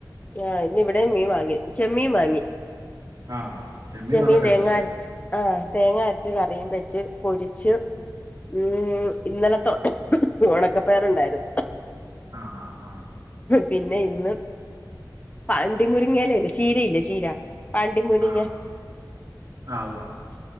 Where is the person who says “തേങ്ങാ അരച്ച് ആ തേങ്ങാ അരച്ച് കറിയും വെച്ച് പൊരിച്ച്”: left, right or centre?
Left